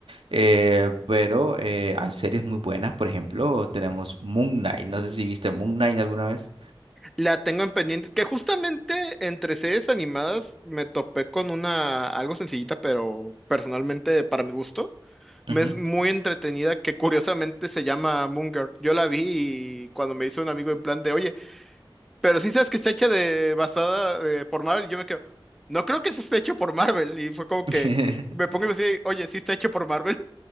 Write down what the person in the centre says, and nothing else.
La tengo en pendiente. Que justamente entre series animadas me topé con una algo sencillita, pero personalmente para mi gusto. Me
es muy entretenida que curiosamente se llama Moon Girl. Yo la vi y cuando me hizo un amigo en plan de, oye, pero sí sabes que está hecha de basada eh, por Marvel, y yo me quedo, no creo que eso esté hecho por Marvel. Y fue como
que me pongo y me decía, oye, sí está hecho por Marvel.